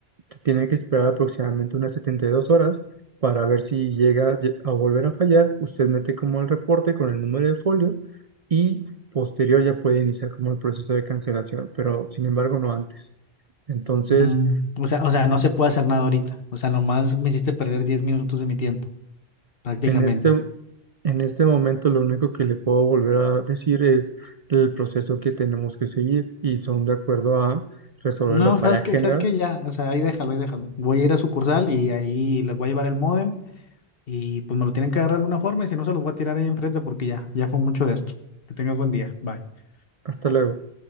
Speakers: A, on the right; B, on the left.
A: se tiene que esperar aproximadamente unas 72 horas para ver si llega lle- a volver a fallar. Usted mete como el reporte con el número de folio y posterior ya puede iniciar como el proceso de cancelación, pero sin embargo no antes. Entonces,
B: Mm, o sea, o sea, no se puede hacer nada ahorita. O sea, nomás me hiciste perder 10 minutos de mi tiempo, prácticamente.
A: en este, en este momento lo único que le puedo volver a decir es el proceso que tenemos que seguir y son de acuerdo a resolver
B: No,
A: la falla
B: sabes que,
A: general.
B: sabes que ya, o sea, ahí déjalo, ahí déjalo. Voy a ir a sucursal y ahí les voy a llevar el módem y pues me lo tienen que agarrar de una forma y si no se los voy a tirar ahí enfrente porque ya, ya fue mucho de esto. Que tengas buen día. Bye.
A: Hasta luego.